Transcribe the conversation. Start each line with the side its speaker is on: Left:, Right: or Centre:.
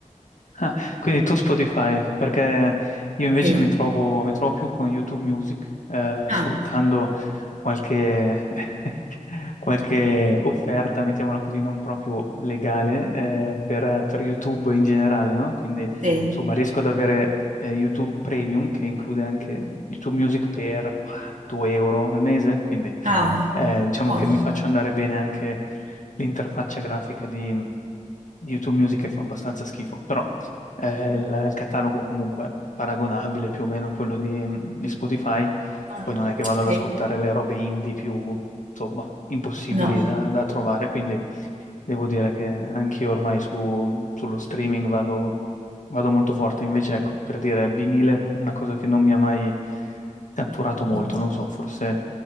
Left: <laughs> Ah, quindi tu Spotify, perché io invece
Right: Sì,
Left: mi trovo, mi trovo più con YouTube Music, eh,
Right: Ah,
Left: sfruttando qualche, <laughs> qualche offerta, mettiamola così, non proprio legale, eh, per, per YouTube in generale, no? Quindi,
Right: sì.
Left: insomma, riesco ad avere eh, YouTube Premium, che include anche YouTube Music per bah, 2 euro al mese, quindi
Right: Ah,
Left: eh, diciamo
Right: buono.
Left: che mi faccio andare bene anche l'interfaccia grafica di, di YouTube Music che fa abbastanza schifo, eh, il, il catalogo comunque è paragonabile più o meno a quello di, di Spotify,
Right: Mh-mh.
Left: poi non è che vado
Right: Okay.
Left: ad ascoltare le robe indie più, insomma, impossibili
Right: No.
Left: da, da trovare, quindi devo dire che anch'io ormai su- sullo streaming vado, vado molto forte, invece ecco, per dire vinile, una cosa che non mi ha mai catturato molto,
Right: Mh.
Left: non so, forse